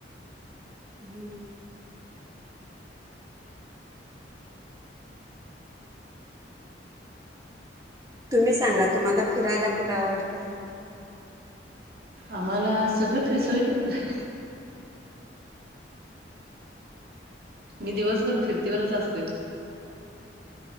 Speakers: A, on the right (about 20°); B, on the right (about 55°).
A: हम्म. तुम्ही सांगा तुम्हाला फिरायला कुट आवडते.
B: आम्हाला <unintelligible> सगळीकड फिराय मी दिवसभर फिरतीवरच असतोय.